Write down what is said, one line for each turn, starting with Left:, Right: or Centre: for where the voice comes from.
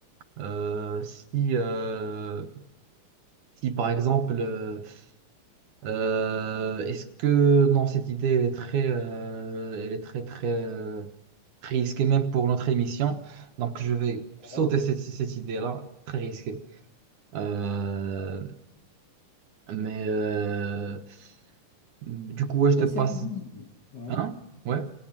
Right: euh, si, euh, si, par exemple, euh, Euh, est-ce que non, cette idée elle est très, euh, elle est très très euh, risquée même pour notre émission. Donc je vais sauter
Left: ouais.
Right: cette, cette idée-là, très risquée. Euh, mais euh, du coup, ouais, je
Left: Mais
Right: te passe.
Left: c'est une bonne idée. Ouais.
Right: Hein? Ouais.